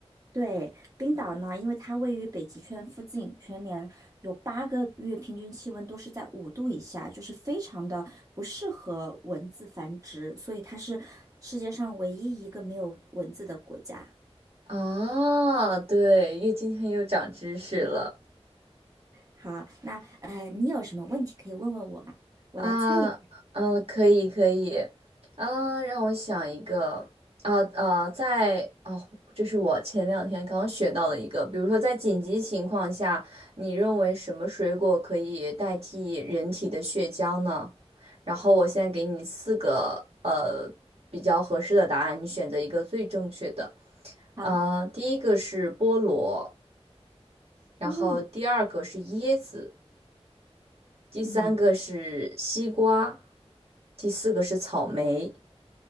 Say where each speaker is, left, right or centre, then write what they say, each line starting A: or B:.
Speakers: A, on the right (about 30°); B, on the right (about 65°).
A: 对，冰岛呢，因为它位于北极圈附近，全年有八个月平均气温都是在五度以下，就是非常的不适合蚊子繁殖，所以它是世界上唯一一个没有蚊子的国家。
B: 啊，对，又今天又长知识了
A: 好，那呃，你有什么问题可以问问我吗？我来猜一猜。
B: 啊，嗯，可以可以，啊，让我想一个啊啊，在哦，这是我前两天刚学到的一个，比如说在紧急情况下，你认为什么水果可以代替人体的血浆呢？然后我现在给你四个呃比较合适的答案，你选择一个最正确的。
A: 好，
B: 啊，第一个是菠萝，然后第二个是椰子。
A: 菠萝，
B: 第三个是西瓜，
A: 嗯，
B: 第四个是草莓。